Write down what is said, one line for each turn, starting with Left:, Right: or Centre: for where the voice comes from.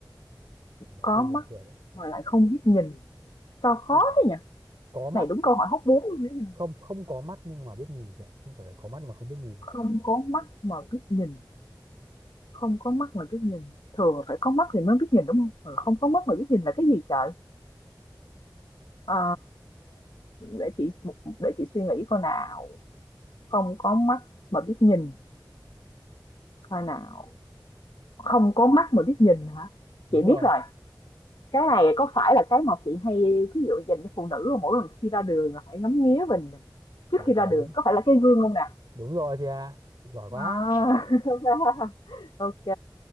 Right: nó
Left: có
Right: hơi buồn
Left: mắt
Right: cười đấy.
Left: mà lại không biết nhìn. Sao khó
Right: Ờ,
Left: thế nhỉ?
Right: có mắt
Left: Này đúng câu hỏi hóc búa luôn đấy.
Right: không không có mắt nhưng mà biết nhìn chị ạ, chứ không phải là có mắt mà không biết nhìn.
Left: Không có mắt mà biết nhìn, không có mắt mà biết nhìn. Thường phải có mắt thì mới biết nhìn đúng không? Ờ, không có mắt mà biết nhìn là cái gì trời? Ờ, để chị để chị suy nghĩ coi nào. Không có mắt mà biết nhìn coi nào. Không có mắt mà biết nhìn hả?
Right: Đúng
Left: Chị biết
Right: rồi.
Left: rồi. Cái này có phải là cái mà chị hay ví dụ dành cho phụ nữ không? mỗi lần khi ra đường là phải ngắm nghía mình trước
Right: Dạ
Left: khi ra
Right: quá
Left: đường
Right: đúng.
Left: có phải là cái gương không nè
Right: Đúng rồi chị ạ. Chị giỏi quá.
Left: À, <laughs> OK,